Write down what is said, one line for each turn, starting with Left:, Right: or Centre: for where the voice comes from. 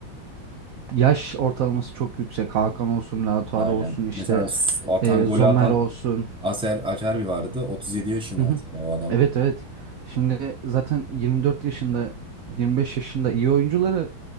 Right: yaş ortalaması çok yüksek. Hakan olsun, Lautaro
Centre: Aynen.
Right: olsun, işte
Centre: Mesela s- atan
Right: e,
Centre: golü
Right: Zomer
Centre: atan
Right: olsun.
Centre: Aser Acerbi vardı. 37 yaşında
Right: Hı hı.
Centre: mesela o adam.
Right: Evet evet. Şimdi zaten 24 yaşında 25 yaşında iyi oyuncuları